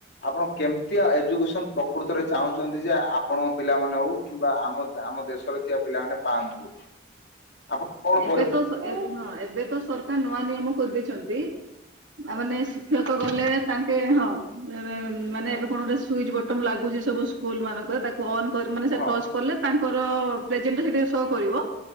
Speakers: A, on the left; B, on the right.
A: ଆପଣ କେମିତିଆ ଏଜୁକେସନ ପ୍ରକୃତରେ ଚାହୁଁଛନ୍ତି ଯେ ଆପଣଙ୍କ ପିଲାମା ହଉ କିମ୍ବା ଆମ ଆମ ଦେଶରେ ଥିବା ପିଲାମାନେ ପାଆନ୍ତୁ ବୋଲି। ଆପଣ କଣ
B: ଏବେ
A: ପରି
B: ତ ସ ଏ ହଁ ଏବେ ତ ସରକାର ନୂଆ ନିୟମ କରିଦେଇଛନ୍ତି। ଆ ମାନେ ଶିକ୍ଷକ ଗଲେ ତାଙ୍କେ ହଁ ମାନେ
A: ହଁ
B: ଏବେ କଣ ଗୋଟେ ସୁଇଚ୍ ବ ଟମ୍ ଲାଗୁଛି ସବୁ ସ୍କୁଲ ମାନଙ୍କରେ ତାକୁ ଅନ୍ କରି ମାନେ ସେ
A: ହଁ
B: ଟର୍ଚ କଲେ ତାଙ୍କର ପ୍ରେଜେଣ୍ଟ ସେଟାରେ ସୋ କରିବ